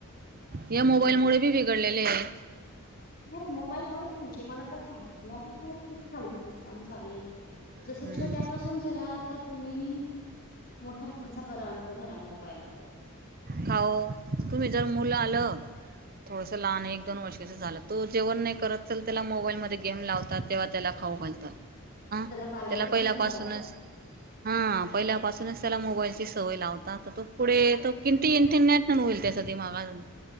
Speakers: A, on the right; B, on the left.
A: या मोबाईल मुळे बी बिघडलेले हे.
B: हो मोबाईल मुळेच <unintelligible> मला काय सांगते मोबाईल मुळे खूप हाल्ली नुकसान झाले. जस
A: आहेत
B: छोट्या पासून जरा तर तुम्ही मोठ्या माणसापर्यंत धरा मोबाईल च
A: का ओ तुम्ही जर मुलं आलं थोडस लहान एक दोन वर्षाच झालं तो जेवण नाही करत चल त्याला मोबाईल मध्ये गेम लाव तात तेव्हा त्याला खाऊ घालतात
B: बालवाडीत
A: त्याला पहिल्यापासूनच
B: नेऊन बस
A: हा पहिल्यापासूनच त्याला मोबाईलची सवय लावता तर तो पुढे त <unintelligible> होईल त्यासाठी माग अजून